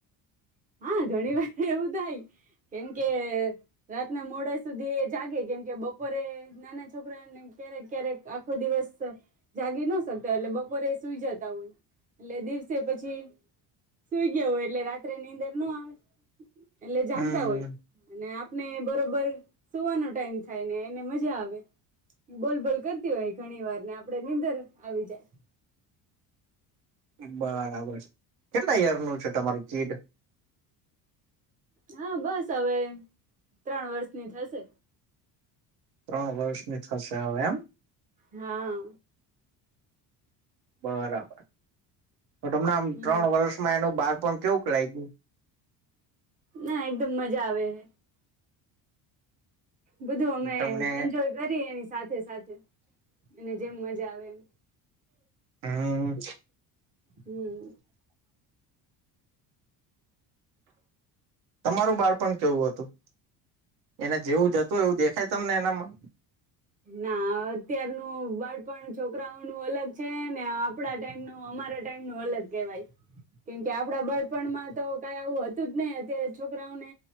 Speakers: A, on the right; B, on the right.
A: હા ઘણી વાર એવું થાય. કેમકે રાતના મોડા સુધી જાગે, કેમકે બપોરે નાના છોકરાને ક્યારેક ક્યારેક આખો દિવસ જાગી ન શકતો, એટલે બપોરે સુઈ જત હોય લે દિવસ પછી સુઈ ગયો હોય, એટલે રાત્રે ની નીંદર નો આવે. એટલે જાગતા
B: હમ
A: હોય અને ને બરોબર સુવાનો ટાઈમ થાય ને મજા આવે. બોલબોલ કરતી હોય, ઘણી વાર ને આપડે નીંદર આવી જાય.
B: બરાબર છે કેટલા યરનું છે તમારું ચીડ
A: હા બસ હવે ત્રણ વર્ષની થશે.
B: ત્રણ વર્ષની થશે હવે એમ.
A: હા.
B: બરાબર તો તમને આમ
A: હમ
B: ત્રણ વર્ષમાં એનું બાર પણ કેવું ક લાગ ગ્યું.
A: ના એકદમ મજા આવે હ. બધું અમે
B: તમને
A: એન્જોય કરી એની સાથે સાથે અને જેમ મજા આવે એમ
B: હમ.
A: હમ
B: તમારું બાળપ કેવું હતું એને જેવું જતું એવું દેખાય તમને એનામાં
A: ના અત્યારનું બાળપણ છોકરાઓ નું અલગ છે ને આપડા ટાઈમ ન અમારા ટાઈમ ન લગે ભાઈ. કેમકે આપડા બાળપણમાં તો કઈ આવું હતું જ નઈિ અત્યારે છોકરાઓને